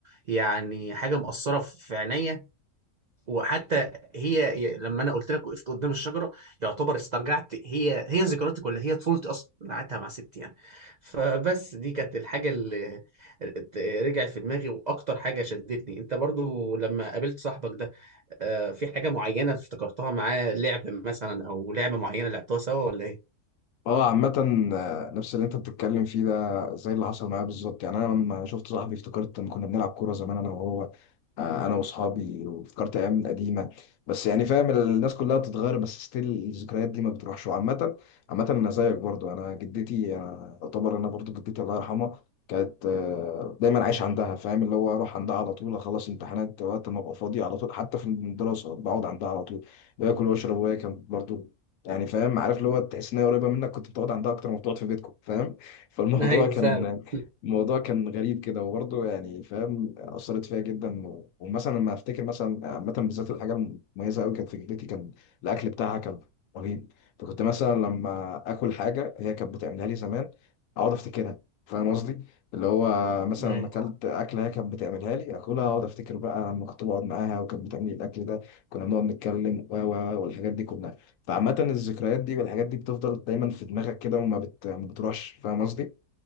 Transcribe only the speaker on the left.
اه عامة آه، نفس اللي انت بتتكلم فيه ده زي اللي حصل معايا بالظبط يعني انا لما شفت صاحبي افتكرت ان كنا بنلعب كورة زمان انا وهو آه، انا واصحابي وافتكرت ايام قديمه بس يعني فاهم الناس كلها بتتغير بس ستيل الذكريات دي ما بتروحش وعامه عامه انا زيك برضو انا جدتي انا اعتبر انا برضو جدتي الله يرحمها كانت آه، دايما عايش
عندها
فاهم اللي هو اروح عندها على طول اخلص امتحانات وقت ما ابقى فاضي على طول حتى في الدراسه بقعد عندها على طول باكل واشرب وهي كانت برضو يعني فاهم عارف اللي هو تحس ان هي قريبه منك كنت بتقعد عندها اكتر ما بتقعد في بيتكم فاهم فالموضوع
كان
الموضوع كان غريب كده وبرضه يعني فاهم أثرت فيا جدا و- ومثلا لما أفتكر مثلا عامة بالذات الحاجة المميزة أوي كانت في جدتي كان الأكل بتاعها كان رهيب فكنت مثلا لما آكل حاجة هي كانت بتعملها لي زمان أقعد أفتكرها فاهم قصدي؟ اللي هو مثلا
أكلت أكلة هي كانت بتعملها لي آكلها أقعد أفتكر بقى لما كنت بقعد معاها وكانت بتعمل لي الأكل ده كنا بنقعد نتكلم و و والحاجات دي كلها فعامة الذكريات دي والحاجات دي بتفضل دايما في دماغك كده وما بت... ما بتروحش فاهم قصدي؟